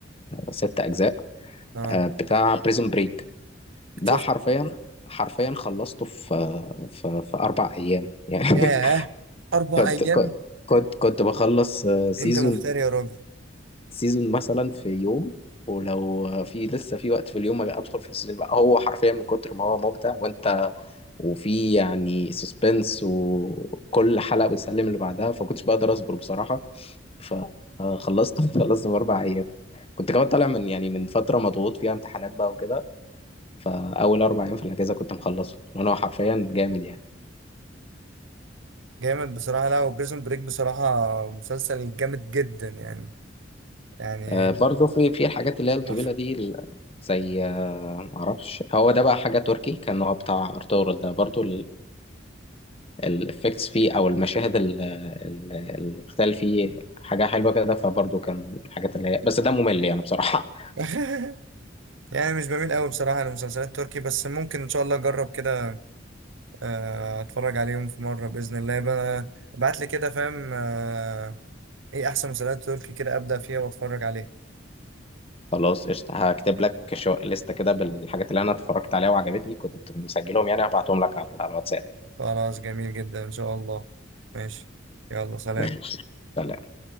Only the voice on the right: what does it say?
اه
شفت
ياه
اربع
ايام
انت مفتري يا راجل
جامد بصراحة لا وبريزون بريك بصراحة مسلسل جامد جدا يعني يعني
تحفة
<laughs> يعني مش بميل قوي بصراحة للمسلسلات التركي بس ممكن ان شاء الله اجرب كده آه، اتفرج عليهم في مرة بإذن الله بقى ابعت لي كده فاهم آه، ايه احسن مسلسلات تركي كده ابدأ فيها واتفرج عليها
خلاص جميل جدا ان شاء الله ماشي يلا سلام